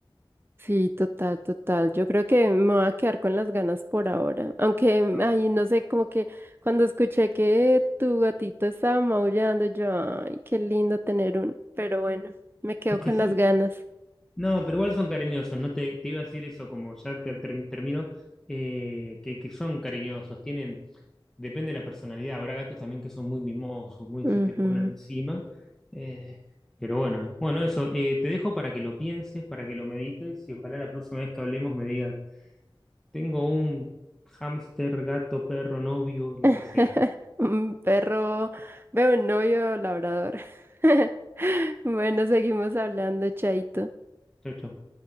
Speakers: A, on the right (about 25°); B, in the centre.
A: Sí, total, total. Yo creo que me voy a quedar con las ganas por ahora. Aunque, mm,
B: Ah.
A: ay, no sé, como que cuando escuché que tu gatito estaba maullando, yo, ay, qué lindo tener un. Pero bueno, me quedo
B: Es
A: con
B: que sí,
A: las ganas.
B: No, pero igual son cariñosos, no te, te iba a decir eso, como ya te, ter- termino, eh, que, que son cariñosos, tienen, depende de la personalidad, habrá gatos también que son muy mimosos, muy
A: Ujú.
B: se te ponen encima, eh, pero bueno, bueno, eso, eh, te dejo para que lo pienses, para que lo medites y ojalá la próxima vez que hablemos me digas, tengo un hámster, gato, perro, novio, lo
A: <laughs>
B: que sea.
A: Un perro, veo un novio labrador. <laughs> Bueno, seguimos hablando, Chaito.
B: Chau, chau.